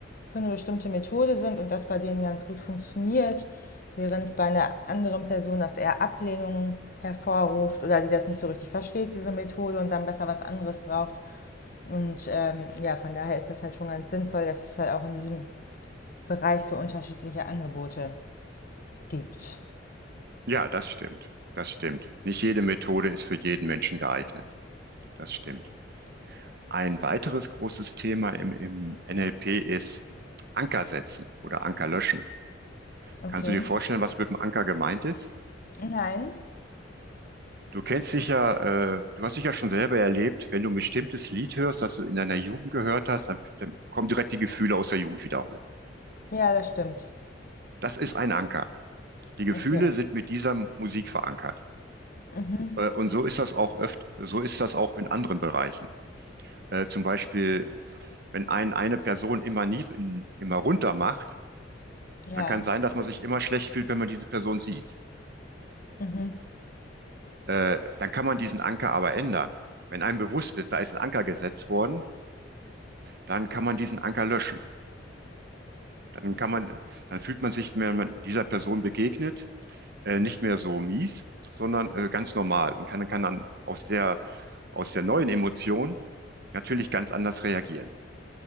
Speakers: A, on the left; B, on the right.
A: für eine bestimmte Methode sind und das bei denen ganz gut funktioniert, während bei einer anderen Person das eher Ablehnung hervorruft oder die das nicht so richtig versteht, diese Methode, und dann besser was anderes braucht. Und ähm, ja, von daher ist das halt schon ganz sinnvoll, dass es halt auch in diesem Bereich so unterschiedliche Angebote gibt.
B: Ja, das stimmt. Das stimmt. Nicht jede Methode ist für jeden Menschen geeignet. Das stimmt. Ein weiteres großes Thema im, im NLP ist Anker setzen oder Anker löschen.
A: Okay.
B: Kannst du dir vorstellen, was mit dem Anker gemeint ist?
A: Nein.
B: Du kennst sicher, äh, du hast sicher schon selber erlebt, wenn du ein bestimmtes Lied hörst, das du in deiner Jugend gehört hast, dann, dann kommen direkt die Gefühle aus der Jugend wieder hoch.
A: Ja, das stimmt.
B: Das ist ein Anker. Die Gefühle
A: Okay.
B: sind mit dieser Musik verankert.
A: Mhm.
B: Äh, und so ist das auch öft, so ist das auch in anderen Bereichen. Äh, zum Beispiel, wenn ein eine Person immer nie, immer runter macht,
A: Ja.
B: dann kann sein, dass man sich immer schlecht fühlt, wenn man diese Person sieht.
A: Mhm.
B: Äh, dann kann man diesen Anker aber ändern. Wenn einem bewusst ist, da ist ein Anker gesetzt worden, dann kann man diesen Anker löschen. Dann kann man, dann fühlt man sich, wenn man dieser Person begegnet, äh, nicht mehr so mies, sondern äh, ganz normal und kann, kann dann aus der, aus der neuen Emotion natürlich ganz anders reagieren.